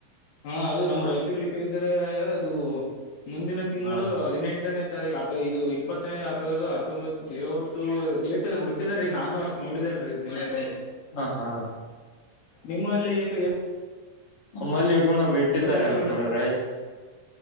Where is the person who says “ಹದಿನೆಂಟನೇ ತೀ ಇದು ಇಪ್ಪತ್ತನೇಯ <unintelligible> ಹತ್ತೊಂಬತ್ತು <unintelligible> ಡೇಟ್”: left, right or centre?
Left